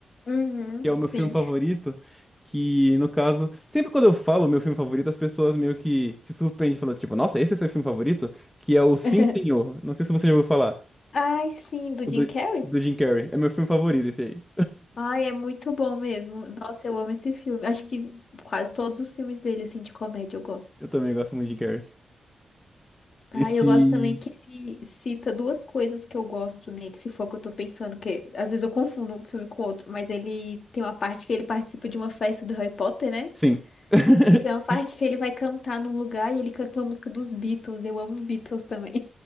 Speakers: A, on the left; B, in the centre.
A: Uhum,
B: que é o meu
A: sim.
B: filme favorito, que no caso, sempre quando eu falo meu filme favorito, as pessoas meio que se surpreendem falando, tipo, nossa, esse é seu filme favorito? Que é o
A: <laughs>
B: Sim, Senhor. Não sei se você já ouviu falar.
A: Ai, sim, do
B: O
A: Jim
B: do,
A: Carrey?
B: do Jim Carrey. É meu filme favorito esse aí.
A: Ai, é muito bom mesmo. Nossa, eu amo esse filme. Acho que quase todos os filmes dele, assim, de comédia eu gosto.
B: Eu também gosto muito de Jim Carrey.
A: Ai,
B: Esse.
A: eu gosto também que ele cita duas coisas que eu gosto nele, se for o que eu tô pensando, que às vezes eu confundo um filme com outro, mas ele tem uma parte que ele participa de uma festa do Harry Potter, né?
B: Sim. <laughs>
A: E tem uma parte que ele vai cantar num lugar e ele canta uma música dos Beatles. Eu amo Beatles também.